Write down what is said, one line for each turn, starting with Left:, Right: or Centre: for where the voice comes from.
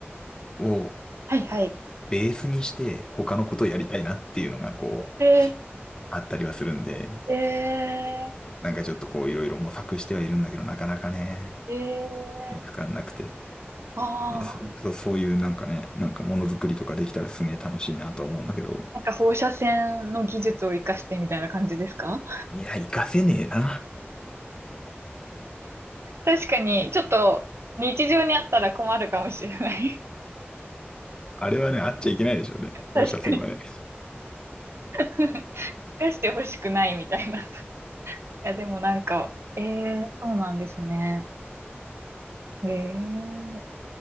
Left: を
Right: はい、はい。
Left: ベースにして他のことをやりたいなっていうのがこう、
Right: ええ
Left: あったりはするんで、
Right: ええ
Left: なんかちょっとこういろいろ模索してはいるんだけど、なかなかね、
Right: ええ
Left: 見つかんなくて。
Right: ああー、
Left: いや、それこそそういうなんかね、なんかものづくりとかできたらすげえ楽しいなと思うんだけど、
Right: なんか放射線の技術を活かしてみたいな感じですか
Left: いや、活かせねえな。
Right: 確かに、ちょっと日常にあったら困るかもしれない。
Left: あれはね、あっちゃいけないでしょうね。
Right: <laughs> 確かに。
Left: 放射線はね。
Right: <laughs> 活かしてほしくないみたいな。いや、でもなんか、ええそうなんですね。ええ